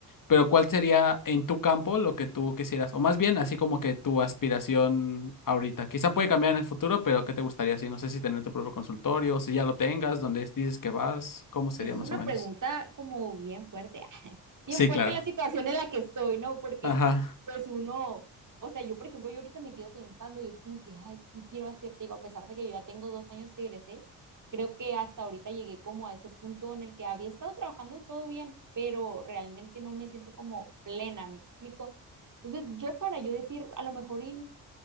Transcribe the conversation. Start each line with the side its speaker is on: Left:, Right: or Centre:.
Left: pero ¿cuál sería en tu campo lo que tú quisieras? O más bien, así como que tu aspiración ahorita. Quizá puede cambiar en el futuro, pero ¿qué te gustaría así? No sé si tener tu propio consultorio, si ya lo tengas, donde dices que vas, ¿cómo sería
Right: Esa es
Left: más
Right: una
Left: o menos?
Right: pregunta como bien fuerte, <laughs> bien
Left: Sí,
Right: fuerte
Left: claro.
Right: en la situación en la que estoy, ¿no? Porque
Left: Ajá.
Right: pues uno, o sea, yo por ejemplo, yo ahorita me quedo pensando y es como que, ay, ¿qué quiero hacer? Te digo, a pesar de que yo ya tengo dos años que egresé, creo que hasta ahorita llegué como a ese punto en el que había estado trabajando todo bien, pero realmente no me siento como plena, ¿me explico? Entonces, yo para yo decir, a lo mejor y